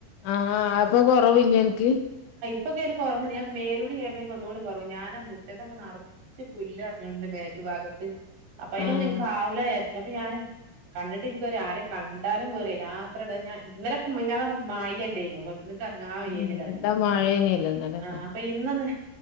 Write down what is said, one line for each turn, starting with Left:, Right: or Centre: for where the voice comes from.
Left: ആഹ് അപ്പൊ കൊറവില്ലേ നിക്ക്
Right: <unintelligible> കുറവുണ്ട് ഞമേലൂടി കഴുകിയപോ ഒന്നൂടി കുറവു ഞാൻ മുറ്റതങ്ങ് നടന്ന് ച്ച് പുല്ല് <unintelligible> ബാക്ക് ഭാഗത്ത് അപ്പൊ അയിനൊന്ന്
Left: ആഹ്
Right: എനിക്ക് <unintelligible> അപ്പൊ ഞാൻ കണ്ടിട്ട് എനിക്കൊരു കണ്ട് <unintelligible> വേറെ ഇല്ല ആത്രാട ഞാൻ ഇന്നലെ മിനിഞ്ഞാന്നൊക്കെ മഴ അല്ലേ <unintelligible> <unintelligible> ഇറങ്ങാൻ വയ്യിനില്ലാരുന്നു
Left: എന്താ മഴേനല്ലോ ഇന്നലൊക്കെ
Right: ആ അപ്പൊ ഇനൊന്ന്